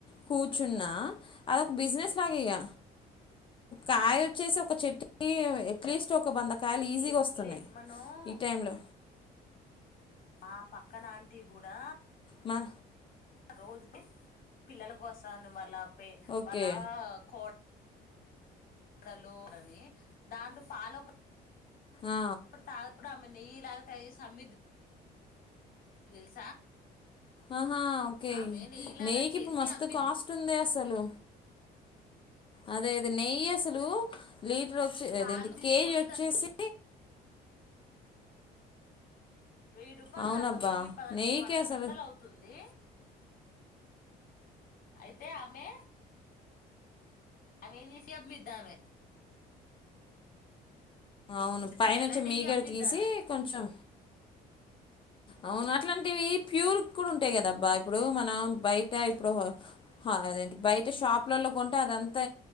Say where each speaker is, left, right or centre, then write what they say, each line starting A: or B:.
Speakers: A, on the left; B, on the left.
A: కూర్చున్నా అదొక బిజినెస్ లాగే ఇగ కాయ
B: ఆ
A: వచ్చేసి ఒక చెట్టుకి అట్లీస్ట్ ఒక వంద కాయలు ఈజీగా
B: లే
A: వస్తున్నాయి
B: లే మనం
A: ఈ టైంలో
B: ఆ పక్కన ఆంటీ కూడా
A: బ
B: రోజుకి పిల్లల వస్తాను వాళ్ళ పే
A: ఓకే
B: వాళ్ళ కో డలురని దాంట్లో ఫాలో
A: ఆ.
B: అడు తాగప్పుడు అమె నేయిలాగా తయారు చేసి ఆమింది తెలుసా
A: ఆహా ఓకే
B: ఆమె నెయ్యిలాగా
A: నెయ్యికి
B: చేసి
A: ఇప్పుడు మస్తు
B: అమ్మిద్ది
A: కాస్ట్ ఉందే అసలు అదే అది నెయ్యి అసలు లీటర్ వచ్చి
B: పాలు
A: అదేంటి
B: తీసుకొని
A: కేజీ వచ్చేసి
B: దాన్ని వెయ్యి రూపాయలు
A: అవునబ్బా
B: దాకా వెయ్యి పద
A: నెయ్యికి
B: పన్నెండు
A: అసలు
B: వందలు అవుతుంది. అయితే ఆమె అ ఏదిసి అ మీద్దమె
A: అవును పైనుంచి
B: నెల నెయ్యి
A: మీగడ
B: అమ్మిద్దామె
A: తీసి కొంచెం అవును అట్లాంటివి ప్యూర్ కూడ ఉంటాయి కదా అబ్బా ఇప్పుడు మనం బయట ఇప్పుడు హా బయట షాపులలో కొంటే అదంతా